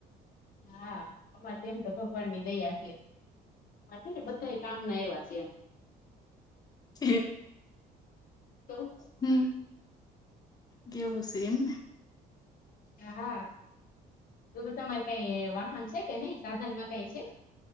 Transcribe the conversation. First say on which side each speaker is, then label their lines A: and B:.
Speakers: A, on the left (about 55°); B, on the left (about 20°).
A: હા અમારે તેમ તો ભગવાન ની દયા છે. એટલે બધા કામ ના એવા છે એમ.
B: હ
A: તો
B: હમ કેવું છે એમ.
A: હા, તો તો તમારે કઈ વાહન છે, કે નહી સાધનમાં કઈ છે?